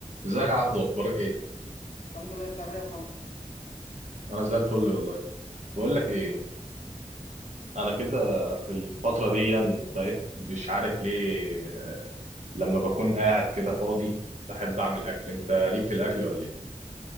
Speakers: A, on the right; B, on the left.
A: ازيك يا عبدو اخبارك ايه
B: الحمد لله انت عامل ايه يا محمد
A: انا زي الفل والله بقول لك ايه انا كده في الفتره دي يعني بقيت مش عارف ليه لما بكون قاعد كده فاضي بحب اعمل اكل انت ليك في الاكل ولا ايه